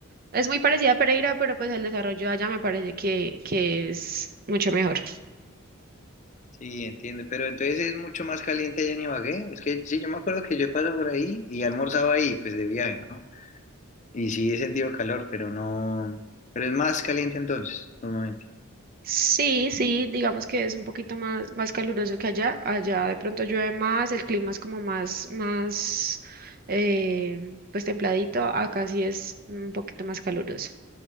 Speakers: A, on the right; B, on the left.
A: Es muy parecida a Pereira, pero pues el desarrollo allá me parece que, que es mucho mejor.
B: Sí, entiendo, pero entonces es mucho más caliente allá en Ibagué. Es que sí, yo me acuerdo que yo he pasado por ahí y almorzaba ahí, pues de viaje, ¿no? Y sí he sentido calor, pero no. Pero es más caliente entonces, normalmente.
A: Sí, sí, digamos que es un poquito más, más caluroso que allá. Allá de pronto llueve más, el clima es como más, más, eh, pues templadito. Acá sí es un poquito más caluroso.